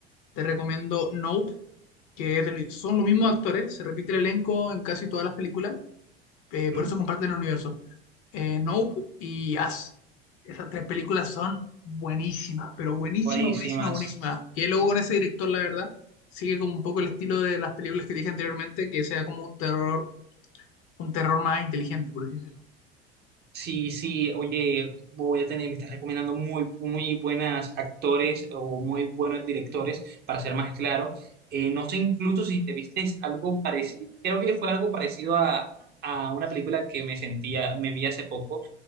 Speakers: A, on the left; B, on the right.
A: Te recomiendo Nope, que es del- son los mismos actores, se repite el elenco en casi todas las películas, eh,
B: ¿Mm?
A: por eso comparten el universo. eh, Nope y Us. Esas tres películas son buenísimas, pero buenísimas,
B: Buenísimas.
A: buenísimas, buenísimas. Que luego con ese director, la verdad, sigue como un poco el estilo de las películas que dije anteriormente, que sea como un terror, un terror más inteligente, por así decirlo.
B: Sí, sí, oye, voy a tener, me estás recomendando muy, muy buenas actores o muy buenos directores, para ser más claro. Eh, no sé incluso si te viste algo parecido, creo que fue algo parecido a, a una película que me sentía, me vi hace poco.